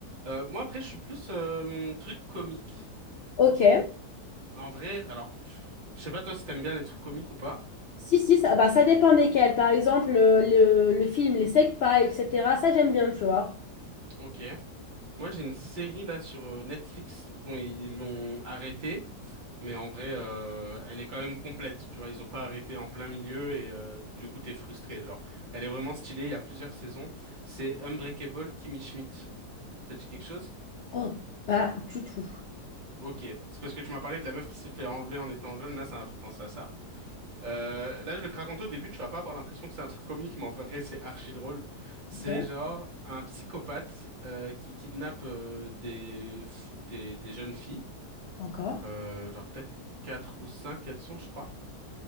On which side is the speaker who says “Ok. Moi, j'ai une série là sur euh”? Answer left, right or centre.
Right